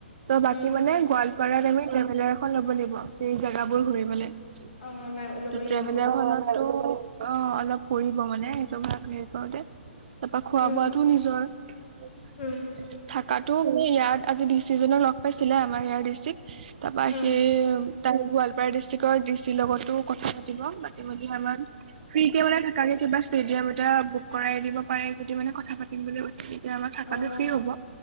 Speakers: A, on the right (about 50°); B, on the left (about 55°).
A: ত' বাকী
B: উম
A: মানে গোৱালপাৰাত আমি ট্ৰেভেলাৰ এখন ল'ব লাগিব সেই জেগাবোৰ ঘূৰিবলৈ। ত'
B: অ ল'ব লাগিব
A: ট্ৰেভিলাৰখনতটো
B: বাৰু
A: অ', অলপ পৰিব মানে সেইটো ভাগ হে কৰোঁতে। তাপা খোৱা
B: উম
A: বোৱাটো নিজৰ।
B: উম
A: থাকাতো মানে ইয়াত আজি ডিচি জনে লগ পাইছিলে আমাৰ ইয়াৰ ডিচিক। তাৰপা
B: উম।
A: সেইম তাৰ গোৱালপাৰা ডিষ্ট্ৰিক্টৰ ডি চিৰ লগতো কথা পাতিব মাতি মেলি আমাক ফ্ৰী কে মানে থাকাকে কিবা ষ্টেডিয়াম এটা বুক কৰাই দিব পাৰে যদি মানে কথা পাতিম বুলি কৈছিলে। এতিয়া আমাৰ থকাটো
B: অ',
A: ফ্ৰি হ'ব